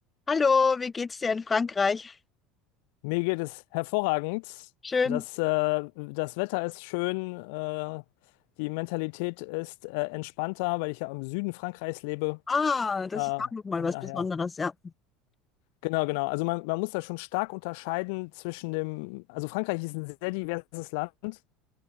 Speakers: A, on the left; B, on the left.
A: Hallo, wie geht's dir in Frankreich?
B: Mir geht es hervorragend.
A: Schön.
B: Das, äh, das Wetter ist schön, äh, die Mentalität ist äh, entspannter, weil ich ja im Süden Frankreichs lebe.
A: Ah, das
B: Äh,
A: ist auch nochmal
B: und
A: was
B: daher,
A: Besonderes, ja.
B: genau, genau. Also man, man muss da schon stark unterscheiden zwischen dem, also Frankreich ist ein sehr diverses Land.